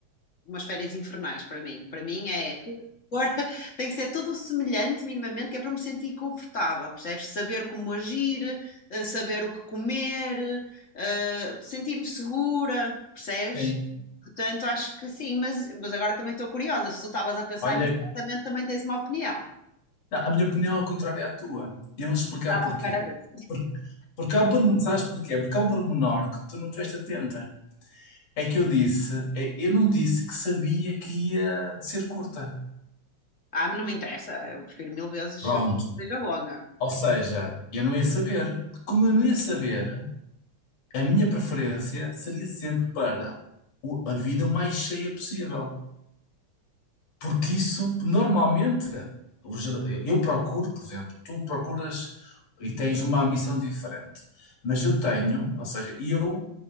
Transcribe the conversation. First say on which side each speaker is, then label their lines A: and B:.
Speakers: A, on the left; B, on the left.
A: umas férias infernais para mim. Para mim é. Agora <laughs> Tem que ser tudo semelhante, minimamente, que é para me sentir confortável, percebes? Saber como agir, eh, saber o que comer, eh, sentir-me segura, percebes?
B: Sim.
A: Portanto, acho que sim, mas, mas agora também estou curiosa. Se tu estavas a pensar
B: Olha,
A: nisso, certamente também tens uma opinião.
B: a minha opinião é ao contrário à tua. E eu vou explicar
A: Estava
B: porquê.
A: à espera disso.
B: Por- Porque, há um pormenor, sabes porquê? Porque há um pormenor que tu não estiveste atenta. É que eu disse, é- eu não disse que sabia que ia ser curta.
A: Ah, mas não me interessa. Eu prefiro mil vezes
B: Pronto.
A: que seja longa.
B: Ou seja, eu não ia saber. Como eu não ia saber, a minha preferência seria sempre para o- a vida o mais cheia possível. Porque isso, normalmente, o ger- eu eu procuro, por exemplo, tu procuras e tens uma ambição diferente, mas eu tenho, ou seja, eu